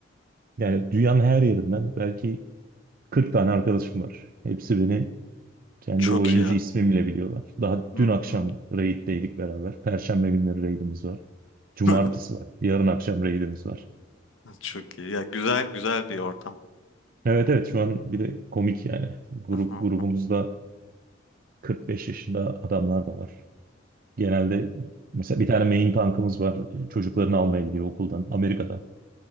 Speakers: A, on the right (about 50°); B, on the left (about 80°).
A: yani dünyanın her yerinden belki 40 tane arkadaşım var. Hepsi beni kendi
B: Çok
A: oyuncu
B: iyi. ya.
A: ismimle biliyorlar. Daha
B: Hı
A: dün akşam
B: hı.
A: raid'deydik beraber. Perşembe günleri raid'imiz var. Cumartesi
B: <laughs>
A: var. Yarın akşam raid'imiz var.
B: Çok iyi. Ya güzel güzel bir ortam.
A: Evet evet şu an bir de komik yani. Grup
B: Hı hı.
A: grubumuzda 45 yaşında adamlar da var. Genelde mesela bir tane main tankımız var. E, Çocuklarını almaya gidiyor okuldan Amerika'da.